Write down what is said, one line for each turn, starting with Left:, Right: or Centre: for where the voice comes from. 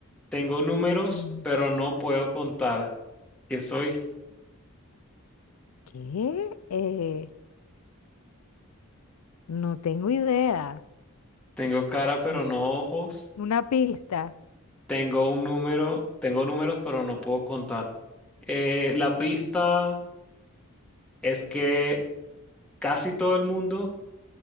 Centre: Tengo números,
Left: Mm,
Centre: pero no puedo contar. ¿Qué soy?
Left: ¿Qué? Eh, no tengo idea.
Centre: Tengo cara, pero
Left: Mm,
Centre: no ojos.
Left: Una pista.
Centre: Tengo un número, tengo números, pero no puedo contar. Eh, la pista es que casi todo el mundo